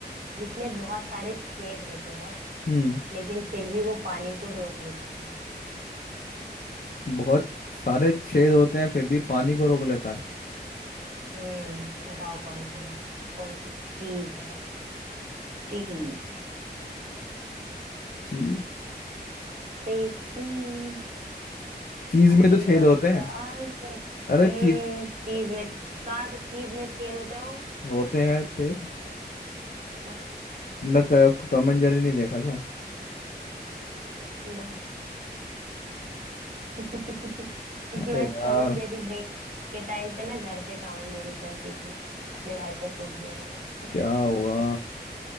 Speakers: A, on the right; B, on the left.
A: जिसमें बहुत सारे छेद होते हैं
B: हम्म
A: लेकिन फिर भी वो पानी को रोक लेता है
B: बहुत सारे छेद होते हैं फिर भी पानी को रोक लेता है
A: हम्म बताओ कौन है वो कौन सी चीज है चीज
B: चीज
A: से चीज
B: चीज
A: अब
B: में तो
A: तुम
B: छेद
A: बताओ
B: होते
A: इसका
B: हैं
A: आंसर
B: अरे
A: हम्म
B: चीज
A: चीज में कहाँ से चीज में छेद होते हो
B: होते हैं छेद
A: बस
B: तुमने क- टॉम एंड जेरी नहीं देखा क्या
A: ना <laughs> मैं
B: अरे यार
A: टॉम एंड जेरी देख के टाइम पे ना घर पे टॉम एंड जेरी करती थी अपने भाई को कूटने का काम
B: क्या होगा